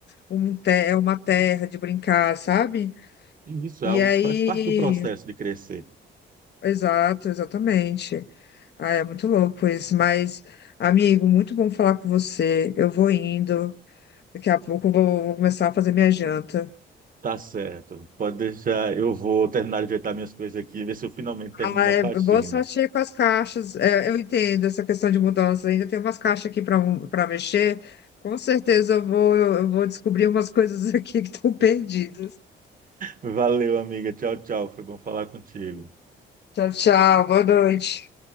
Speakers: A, on the left (about 60°); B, on the right (about 45°).
A: um te- é uma terra de brincar, sabe?
B: isso,
A: E
B: é algo
A: aí,
B: que faz parte do processo de crescer.
A: exato, exatamente. Ah, é muito louco isso, mas, amigo, muito bom falar com você. Eu vou indo, daqui a pouco eu vou, vou começar a fazer minha janta.
B: Tá certo. Pode deixar. Eu vou terminar de ajeitar minhas coisas aqui e ver se eu finalmente termino
A: Ah, é,
B: a faxina.
A: boa sorte aí com as caixas. É, eu entendo essa questão de mudança, ainda tem umas caixas aqui para para mexer. Com certeza eu vou, eu vou descobrir umas coisas <laughs> aqui que estão perdidas.
B: Valeu, amiga. Tchau, tchau. Foi bom falar contigo.
A: Tchau, tchau. Boa noite.